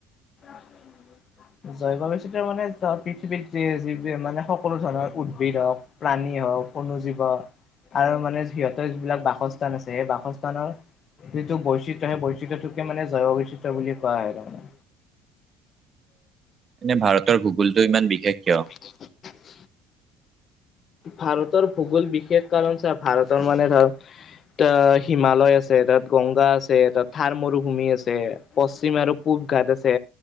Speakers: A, on the left; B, on the right.
A: অ' জৈৱ বৈচিত্ৰ্য মানে পৃথিৱীত যে যিটোৱে মানে সকলো ধৰণৰ উদ্ভিদ হওক। প্ৰাণী হওক কো জীৱ আৰু মানে সিহঁতৰ যিবিলাক বাসস্থান আছে সেই বাসস্থানৰ যিটো বৈচিত্ৰয় সেই বৈচিত্ৰটোকে মানে জয় বৈচিত্ৰ বুলি কোৱা হয় তাৰানে
B: এনে ভাৰতৰ ভূগোলটো ইমান বিশেষ কিয়
A: <inaudible> ভাৰতৰ ভূগোল বিশেষ কাৰণ ছাৰ ভাৰতৰ মানে ধৰ এ হিমালয় আছে তাত গংগা আছে তাত থাৰ মৰুভূমি আছে পশ্চিম আৰু পূব ঘাট আছে